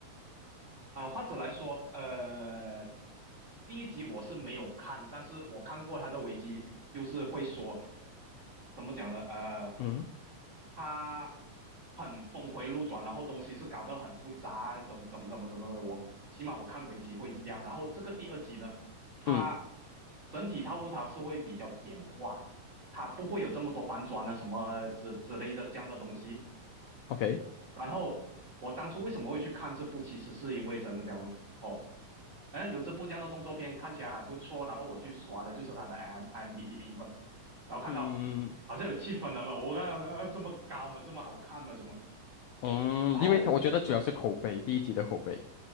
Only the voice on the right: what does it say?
啊，或者来说，呃，第一集我是没有看，但是我看过他的危基，就是会说怎么讲呢？呃。
他很峰回路转，然后东西是搞得很复杂，怎怎么怎么怎么的，我起码我看为集会是这样。然后这个第二集呢，它
整体套路它是会比较简化，它不会有这么多反转啊什么之之类的这样的东西。
然后我当初为什么会去看这部，其实是因为真的讲哦，嗯，有这部这样的动作片看起来还不错，然后我去刷的就是它的 m m d b 评分，然后看到。
好像有七分了嘛，我看到啊这么高嘛，<laughs> 这么好看嘛，什么？
然后